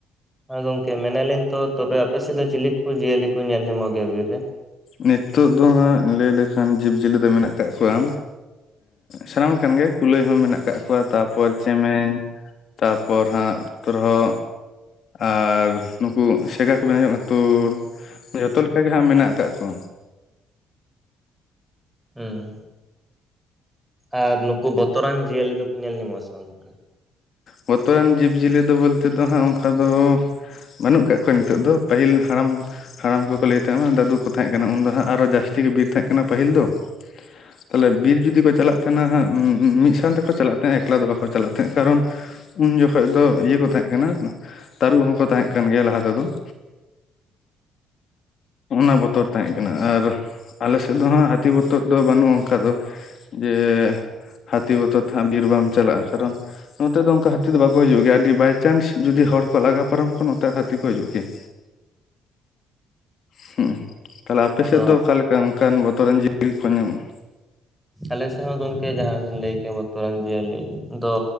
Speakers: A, in the centre; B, on the left.
A: ᱦᱮᱸ ᱜᱚᱝᱠᱮ ᱢᱮᱱᱟᱞᱤᱧ ᱛᱚ ᱛᱚᱵᱮ ᱟᱯᱮ ᱥᱮᱫ ᱫᱚ ᱪᱤᱞᱤ ᱠᱚ ᱡᱤᱭᱟᱹᱞᱤ ᱠᱚ ᱧᱮᱞ ᱧᱟᱢᱚᱜ ᱜᱮᱭᱟ ᱵᱤᱨ ᱨᱮ ᱾
B: ᱱᱤᱛᱳᱜ ᱫᱚ ᱦᱟᱸᱜ ᱞᱟᱹᱭ ᱞᱮᱠᱷᱟᱱ ᱡᱤᱵᱽᱼᱡᱤᱭᱟᱹᱞᱤ ᱫᱚ ᱢᱮᱱᱟᱜ ᱠᱟᱜ ᱠᱚᱣᱟ ᱥᱟᱱᱟᱢ ᱞᱮᱠᱟᱱ ᱜᱮ ᱠᱩᱞᱟᱹᱭ ᱦᱚᱸ ᱢᱮᱱᱟᱜ ᱠᱟᱜ ᱠᱚᱣᱟ ᱛᱟᱨᱯᱚᱨ ᱪᱮᱢᱮᱧ ᱛᱟᱨᱯᱚᱨ ᱯᱚᱨ ᱦᱟᱜ ᱯᱨᱚ ᱟᱨ ᱱᱩᱠᱩ ᱥᱮᱜᱟ ᱠᱚ ᱵᱮᱱ ᱧᱚᱜᱼᱟᱛᱳᱲ ᱡᱷᱚᱛᱚ ᱞᱮᱠᱟ ᱜᱮ ᱦᱟᱸᱜ ᱢᱮᱱᱟᱜ ᱠᱟᱜ ᱠᱚ
A: ᱦᱮᱸ ᱟᱨ ᱱᱩᱠᱩ ᱵᱚᱛᱚᱨᱟᱱ ᱡᱤᱭᱟᱹᱞᱤ ᱫᱚᱠᱚ ᱧᱮᱞ ᱧᱟᱢᱚᱜ ᱟᱥᱮ ᱵᱟᱝ ᱜᱚᱝᱠᱮ
B: ᱵᱚᱛᱚᱨᱟᱱ ᱡᱤᱵᱽ-ᱡᱤᱭᱟᱹᱞᱤ ᱫᱚ ᱵᱚᱞᱛᱮ ᱫᱚ ᱦᱟᱸᱜ ᱚᱱᱠᱟ ᱫᱚ ᱵᱟᱹᱱᱩᱜ ᱠᱟᱜ ᱠᱚᱣᱟ ᱱᱤᱛᱚᱜ ᱫᱚ ᱯᱟᱹᱦᱤᱞ ᱦᱟᱲᱟᱢ ᱦᱟᱲᱟᱢ ᱠᱚᱠᱚ ᱞᱟᱹᱭ ᱛᱟᱦᱮᱸᱫᱱᱟ ᱫᱟᱹᱫᱩ ᱠᱚ ᱛᱟᱦᱮᱸ ᱠᱟᱱᱟ ᱩᱱ ᱫᱚ ᱦᱟᱸᱜ ᱟᱨᱚ ᱡᱟᱹᱥᱛᱤ ᱜᱮ ᱵᱤᱨ ᱛᱟᱦᱮᱸ ᱠᱟᱱᱟ ᱯᱟᱹᱦᱤᱞ ᱫᱚ ᱾ ᱛᱟᱞᱦᱮ ᱵᱤᱨ ᱡᱩᱫᱤ ᱠᱚ ᱪᱟᱞᱟᱜ ᱛᱟᱦᱮᱱᱟ ᱢᱤᱫ ᱥᱟᱶ ᱛᱮᱠᱚ ᱪᱟᱞᱟᱜ ᱛᱟᱦᱮᱸᱱᱟ ᱮᱠᱞᱟ ᱫᱚ ᱵᱟᱠᱚ ᱪᱟᱞᱟᱜ ᱛᱟᱦᱮᱸᱜ ᱠᱟᱨᱚᱱ ᱩᱱ ᱡᱚᱠᱷᱚᱱ ᱫᱚ ᱤᱭᱟᱹ ᱠᱚ ᱛᱟᱦᱮᱸ ᱠᱟᱱᱟ ᱛᱟᱹᱨᱩᱵ ᱦᱚᱸᱠᱚ ᱛᱟᱦᱮᱸ ᱠᱟᱱ ᱜᱮᱭᱟ ᱞᱟᱦᱟ ᱛᱮᱫᱚ ᱾ ᱚᱱᱟ ᱵᱚᱛᱚᱨ ᱛᱟᱦᱮᱸ
A: ᱟᱪᱪᱷᱟ
B: ᱠᱟᱱᱟ ᱟᱨ ᱟᱞᱮ ᱥᱮᱫ ᱫᱚ ᱦᱟᱸᱜ ᱦᱟᱹᱛᱤ ᱵᱚᱛᱚᱨ ᱫᱚ ᱵᱟᱹᱱᱩᱜᱼᱟ ᱚᱱᱠᱟ ᱫᱚ ᱡᱮ ᱦᱟᱹᱛᱤ ᱵᱚᱛᱚᱨ ᱛᱮ ᱦᱟᱸᱜ ᱵᱤᱨ ᱵᱟᱢ ᱪᱟᱞᱟᱜᱼᱟ ᱠᱟᱨᱚᱱ ᱱᱚᱛᱮ ᱫᱚ ᱚᱱᱠᱟ ᱦᱟᱹᱛᱤ ᱫᱚ ᱵᱟᱠᱚ ᱦᱤᱡᱩᱜ ᱜᱮᱭᱟ ᱟᱹᱰᱤ ᱵᱟᱭ ᱪᱟᱱᱥ ᱡᱩᱫᱤ ᱦᱚᱲ ᱠᱚ ᱞᱟᱜᱟ ᱯᱟᱨᱚᱢ ᱠᱚ ᱱᱚᱛᱮ ᱦᱟᱹᱛᱤ ᱠᱚ ᱦᱤᱡᱩᱜ ᱜᱮᱭᱟ
A: <unintelligible>
B: ᱾ ᱦᱩᱸ ᱛᱟᱦᱞᱮ ᱟᱯᱮ
A: ᱛᱚ
B: ᱥᱮᱫ ᱫᱚ ᱚᱠᱟ ᱞᱮᱠᱟ ᱚᱱᱠᱟᱱ ᱵᱚᱛᱚᱨᱟᱱ ᱡᱤᱣᱤ ᱠᱚ ᱧᱟᱢᱚᱜᱼᱟ
A: ᱟᱞᱮ ᱥᱮᱫ ᱦᱚᱸ ᱜᱚᱝᱠᱮ ᱡᱟᱦᱟᱸ ᱵᱤᱱ ᱞᱟᱹᱭ ᱠᱮᱭᱟ ᱵᱚᱛᱚᱨᱟᱱ ᱡᱤᱭᱟᱹᱞᱤ ᱫᱚ